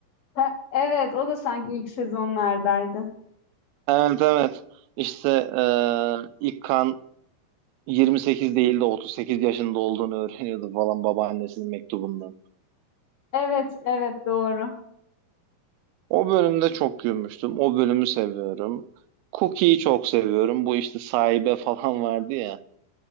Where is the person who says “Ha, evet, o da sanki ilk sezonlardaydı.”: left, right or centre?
Left